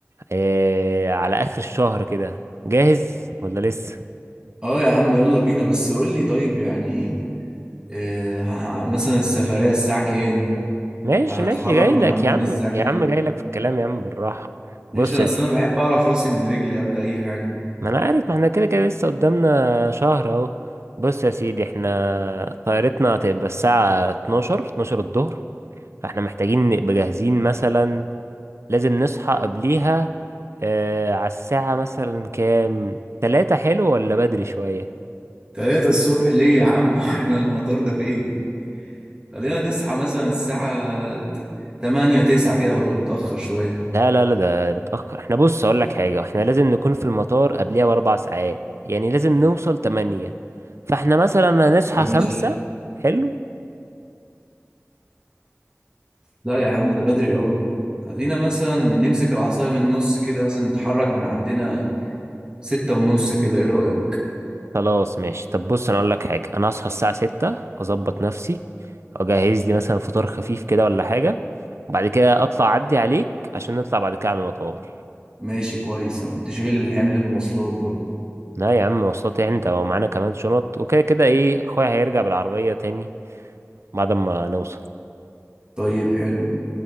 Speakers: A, on the right; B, on the right.
A: آه، على اخر الشهر كده جاهز ولا لسه
B: اه يا عم يلا بينا بس قول لي طيب يعني اه ه- مثلا السفريه الساعه كام
A: ماشي
B: هنتحرك
A: ماشي جاي
B: من
A: لك
B: عندنا
A: يا عم
B: الساعه كام
A: يا عم جاي لك في الكلام يا عم بالراحه
B: ماشي
A: بص
B: انا
A: يا
B: اصل
A: سيدي
B: انا بحب اعرف راسي من رجلي قبل اي حاجه
A: ما انا عارف ما احنا كده كده لسه قدامنا شهر اهو بص يا سيدي احنا طيارتنا هتبقى الساعة 12 12 الظهر فاحنا محتاجين نبقى جاهزين مثلا لازم نصحى قبليها آه على الساعة مثلا كام تلاتة حلو ولا بدري شوية
B: تلاتة الصبح ليه يا عم <laughs> احنا المطار ده فين خلينا نسعى مثلا الساعة ت- تمانية تسعة كده ولا متأخر شوية
A: لا لا لا ده متأخر احنا بص اقول لك حاجة احنا لازم نكون في المطار قبليها بأربع ساعات يعني لازم نوصل تمانية فاحنا مثلا هنصحى
B: ماشي
A: خمسة حلو
B: لا يا عم ده بدري قوي خلينا مثلا نمسك العصاية من النص كده مثلا نتحرك من عندنا ستة ونص كده ايه رأيك
A: خلاص ماشي طب بص انا اقول لك حاجه انا هصحى الساعه 6 اظبط نفسي اجهز لي مثلا فطار خفيف كده ولا حاجه وبعد كده اطلع اعدي عليك عشان نطلع بعد كده على المطار
B: ماشي كويس أنا كنت شايل حمل المواصلات برضه
A: لا يا عم مواصلات إيه انت ومعانا كمان شنط وكده كده ايه اخويا هيرجع بالعربيه تاني بعد ما نوصل
B: طيب حلو